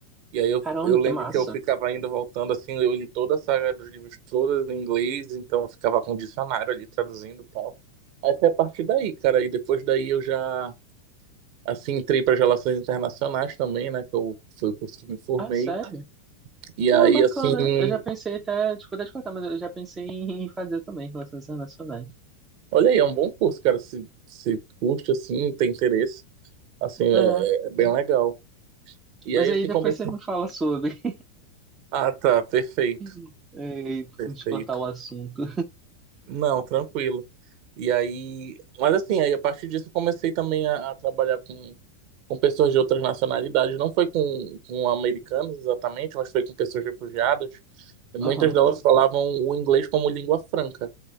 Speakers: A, on the right (about 45°); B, on the right (about 15°).
A: E aí eu,
B: Caramba,
A: eu lembro
B: que massa.
A: que eu ficava indo voltando, assim, eu li toda a saga dos livros, todas em inglês, então eu ficava com o dicionário ali traduzindo e tal. Aí foi a partir daí, cara, e depois daí eu já, assim, entrei para relações internacionais também, né, que eu, foi o curso que me formei.
B: Ah, sério?
A: E
B: Pô,
A: aí,
B: bacana.
A: assim,
B: Eu já pensei até, desculpa te cortar, mas eu já pensei em fazer também relações internacionais.
A: olha aí, é um bom curso, cara, se, se curte, assim, tem interesse, assim,
B: É,
A: é, é bem legal. E
B: mas
A: aí,
B: aí
A: assim,
B: depois
A: comecei...
B: você me fala sobre,
A: Ah, tá, perfeito,
B: <laughs> é, e pra
A: perfeito.
B: gente cortar o assunto.
A: Não, tranquilo. E aí, mas assim, aí a partir disso eu comecei também a, a trabalhar com, com pessoas de outras nacionalidades. Não foi com, com americanos exatamente, mas foi com pessoas refugiadas. E muitas
B: Aham.
A: delas falavam o inglês como língua franca.